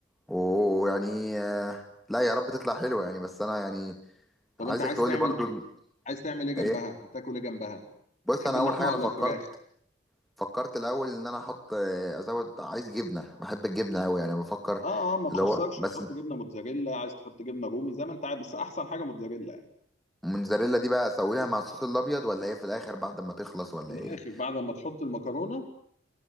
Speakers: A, in the centre; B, on the left.
A: ويعني آه، لا يا رب تطلع حلوه يعني بس انا يعني
B: طب
A: عايزك
B: انت عايز
A: تقول
B: تعمل
A: لي برضو ال-
B: عايز تعمل ايه جنبها
A: ايه
B: هتاكل ايه جنبها
A: بص
B: تحب
A: انا
B: اللحمه
A: اول حاجه انا
B: ولا
A: فكرت
B: الفراخ
A: فكرت الاول ان انا احط آه، ازود عايز جبنه بحب الجبنه قوي يعني بفكر
B: اه اه ما تخسرش
A: اللي هو بس
B: تحط جبنه موتزاريلا عايز تحط جبنه رومي زي ما انت عايز بس احسن حاجه موتزاريلا يعني
A: الموتزاريلا دي بقى اسويها مع الصوص الابيض ولا هي في الاخر بعد ما تخلص ولا
B: في الاخر
A: ايه
B: بعد ما تحط المكرونه